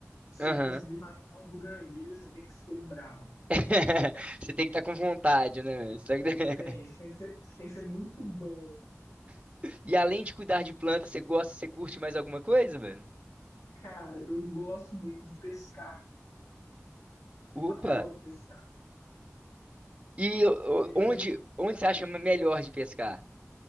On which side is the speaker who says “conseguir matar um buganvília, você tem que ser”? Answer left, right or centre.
Left